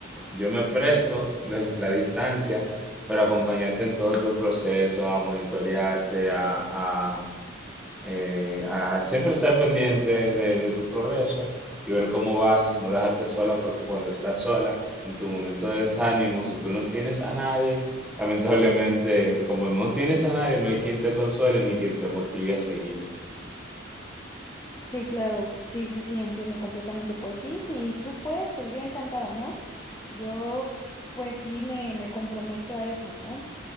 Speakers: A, in the centre; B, on the left.
A: Yo me presto desde la distancia para acompañarte en todo tu proceso, a monitorearte, a, a, eh, a siempre estar pendiente de, de tu progreso y ver cómo vas, no dejarte sola, porque cuando estás sola, en tu momento de desánimo, si tú no tienes a nadie, lamentablemente, como no tienes a nadie, no hay quien te consuele ni quien te motive a seguir.
B: Sí, claro, sí, sí, sí, entiendo completamente. Pues sí, sí, tú puedes, pues yo encantada, ¿no? Yo, pues sí, me, me comprometo a eso, ¿no?